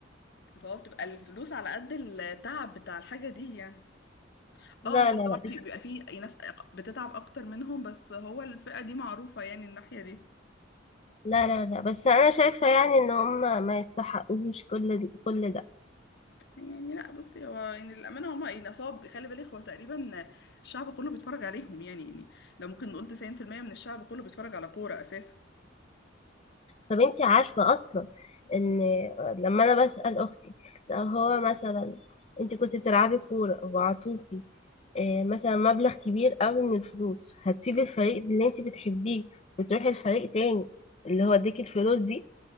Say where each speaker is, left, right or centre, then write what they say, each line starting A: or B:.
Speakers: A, on the left (about 60°); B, on the left (about 35°).
A: فهو بتبقى الفلوس على قد التعب بتاع الحاجه دي يعني
B: لا
A: اه هو
B: لا
A: طبعا
B: لا
A: في بيبقى في ناس أق- بتتعب اكتر منهم بس هو الفئه دي معروفه يعني الناحيه دي
B: لا لا لا بس انا شايفه يعني ان هم ما يستحقوش كل كل ده
A: يعني لا بصي هو يعني للأمانة هما يعني نصاب خلي بالك هو تقريبا الشعب كله بيتفرج عليهم يعني يعني لو ممكن نقول 90% من الشعب كله بيتفرج على كورة أساسا
B: طب انتي عارفه اصلا ان لما انا بسال اختي لو هو مثلا انت كنت بتلعبي كوره وعطوكي آه، مثلا مبلغ كبير قوي من الفلوس هتسيبي
A: اه
B: الفريق اللي انت بتحبيه وتروحي الفريق تاني اللي هو اديكي الفلوس دي